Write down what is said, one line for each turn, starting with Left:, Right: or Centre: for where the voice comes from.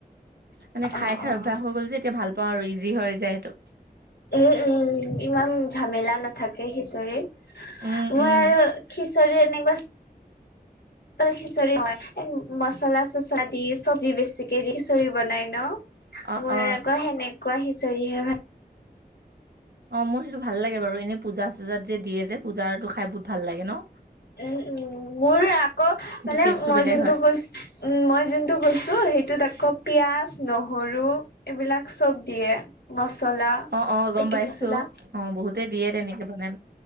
Right: মানে খাই
Left: অ
Right: খাই
Left: অ
Right: অভ্যাস হৈ গ'ল যে, এতিয়া ভাল পাওঁ আৰু ইজি হৈ যায় সেইটো।
Left: উম, উম, ইমান জামেলা নাথাকে খিঁচৰিত।
Right: উম
Left: মই
Right: উম
Left: আৰু খিচ তৰি এনেকুৱা খিচাৰি হয় এণ্ড মচলা চ দি চব্জি বেছিকে দি খিচৰি বনাই ন'?
Right: অ
Left: মোৰ
Right: অ
Left: আকৌ সেনে কুৱা খিচাৰিহে ভা
Right: অ মোৰ সেইটো ভাল লাগে বাৰু এনেই পূজা চূজাত যে দিয়ে যে, পূজাৰটো খাই বহুত ভাল লাগে ন
Left: উম উম মোৰ আকৌ
Right: সেইটো
Left: মানে
Right: টেষ্টটো
Left: মই
Right: বেলেগ
Left: যোনটো
Right: হয়
Left: কৈছো উম মই যোনটো কৈছো সেইটোত আকৌ পিয়াজ নহৰু এইবিলাক চব দিয়ে মচলা
Right: অ অ
Left: পেকেট
Right: গম পাইছো
Left: মচলা
Right: অ বহুতেই দিয়ে তেনেকে বনাই